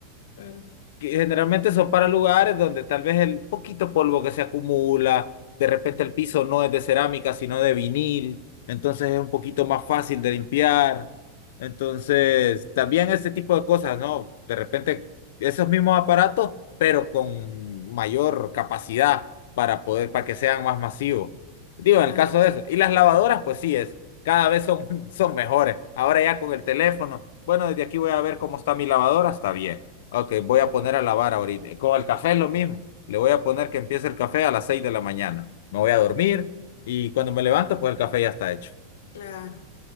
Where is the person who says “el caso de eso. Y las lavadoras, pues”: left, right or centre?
Left